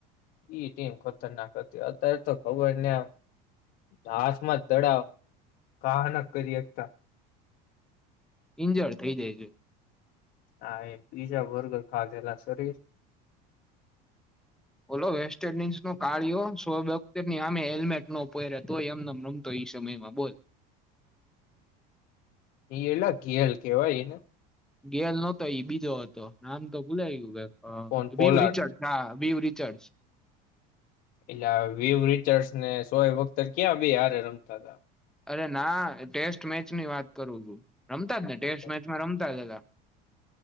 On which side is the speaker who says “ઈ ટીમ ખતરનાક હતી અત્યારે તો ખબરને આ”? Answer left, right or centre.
Left